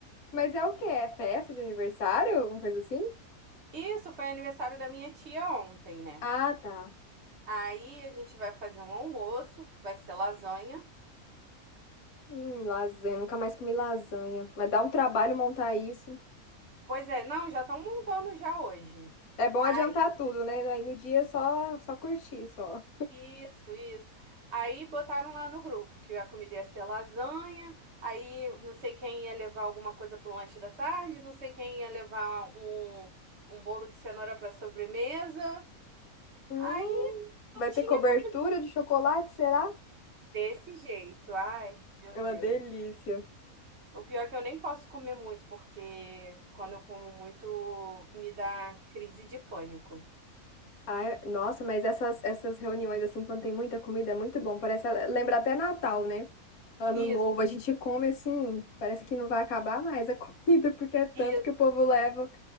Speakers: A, on the left; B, on the right.
A: Mas é o quê? É festa de aniversário? Alguma coisa assim?
B: Isso foi aniversário da minha tia ontem, né?
A: Ah, tá.
B: Aí a gente vai fazer um almoço, vai ser lasanha.
A: Hum, lasanha. Nunca mais comi lasanha. Mas dá um trabalho montar isso.
B: Pois é, não, já estão montando já hoje.
A: É bom
B: Aí,
A: adiantar tudo, né? Aí no dia é só, só curtir, só.
B: isso, isso. Aí botaram lá no grupo que a comida ia ser lasanha. Aí não sei quem ia levar alguma coisa para o lanche da tarde, não sei quem ia levar um, um bolo de cenoura para sobremesa.
A: Hum,
B: Aí
A: vai
B: não
A: ter
B: tinha
A: cobertura
B: muito o que-
A: de chocolate, será?
B: desse jeito. Ai, meu
A: É uma
B: Deus.
A: delícia.
B: O pior é que eu nem posso comer muito, porque quando eu como muito, me dá crise de pânico.
A: Ai, nossa, mas essas, essas reuniões, assim, quando tem muita comida, é muito bom. Parece, eh, lembra até Natal, né? Ano
B: Isso,
A: novo, a gente come assim, parece que não vai acabar mais a <laughs> comida, porque é tanto
B: isso.
A: que o povo leva.